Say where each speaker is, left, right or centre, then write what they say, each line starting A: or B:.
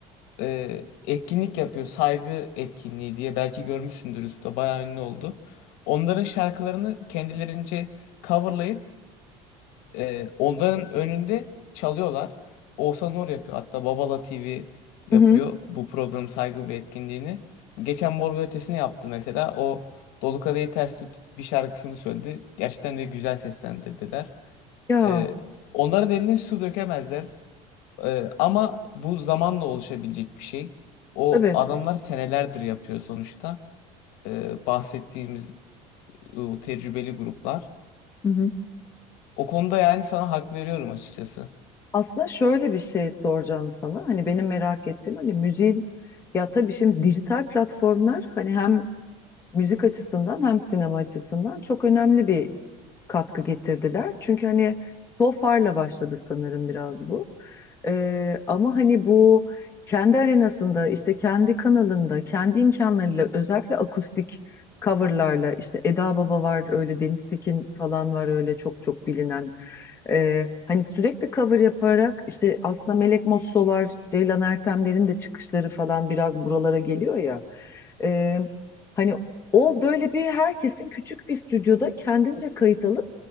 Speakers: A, on the left (about 65°); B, on the left (about 15°).
A: e, etkinlik yapıyor. Saygı etkinliği diye belki görmüşsündür üstte bayağı ünlü oldu. Onların şarkılarını kendilerince coverlayıp e, onların önünde çalıyorlar. Oğuzhan Uğur yapıyor. Hatta Babala TV yapıyor
B: Hı hı.
A: bu program saygı bir etkinliğini. Geçen Mor ve Ötesi'ni yaptı mesela. O Dolu Kadehi Ters Tut bir şarkısını söyledi. Gerçekten de güzel seslendirdiler.
B: Ya
A: E, onların eline su dökemezler. Ee, ama bu zamanla oluşabilecek bir şey. O
B: tabii.
A: adamlar senelerdir yapıyor sonuçta. Ee, bahsettiğimiz e, tecrübeli gruplar.
B: Hı hı.
A: O konuda yani sana hak veriyorum açıkçası.
B: Aslında şöyle bir şey soracağım sana. Hani benim merak ettiğim hani müziğin ya tabii şimdi dijital platformlar hani hem müzik açısından hem sinema açısından çok önemli bir katkı getirdiler. Çünkü hani SOFA'rla başladı sanırım biraz bu. Ee, ama hani bu kendi arenasında işte kendi kanalında kendi imkanlarıyla özellikle akustik coverlarla işte Eda Baba var öyle Deniz Tekin falan var öyle çok çok bilinen ee, hani sürekli cover yaparak işte aslında Melek Mossolar, Ceylan Ertemler'in de çıkışları falan biraz buralara geliyor ya. Ee, hani o böyle bir herkesin küçük bir stüdyoda kendince kayıt alıp